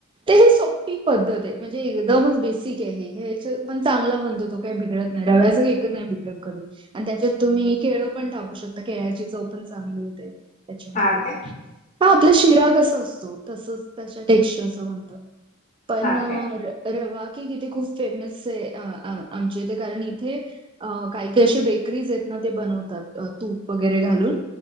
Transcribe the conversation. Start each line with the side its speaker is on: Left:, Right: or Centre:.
Right: ते ह सोप्पी पद्धत ए म्हणजे एकदमच बेसिक आय हे ह्यांच्यात पण चांगला बणतो तो काय बिघडत नाय. रव्याचा केक क नाय करून आणि त्याच्यात तुम्ही केळ पण टाकू शकता केळ्याची चव पण चांगले होते त्याच्यामध्ये
Left: हा काय
Right: हा आपलं शिरा कस अस तसच तशा टेक्स्चरच बनत. पण
Left: हा
Right: रवा
Left: काय
Right: केक इथे खूप फेमस ए आ आ आमच्या इथे कारण इथे अ काय काय अशी बेकरीज एत ना ते बनवतात तूप वगैरे घालून.